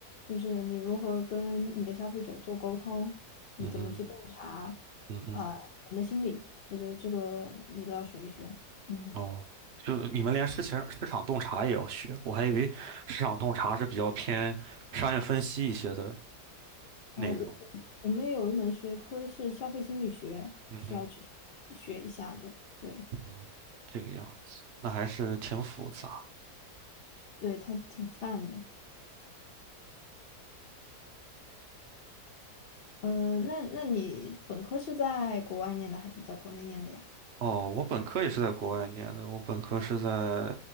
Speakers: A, on the left; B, on the right.
A: 就是你如何跟你的消费者做沟通，你怎么去洞察，
B: 嗯嗯嗯嗯。
A: 呃，人的心理，我觉得这个你都要学一学。嗯。
B: 哦，就你们连事情市场洞察也要学，我还以为市场洞察是比较偏商业分析一些的内容。
A: 哦，我我我们有一门学科是消费心理学，
B: 嗯哼，
A: 是要去学一下的。对，
B: 嗯，这个样子，那还是挺复杂。
A: 对，它挺泛的。呃，那那你本科是在国外念的还是在国内念的呀？
B: 哦，我本科也是在国外念的，我本科是在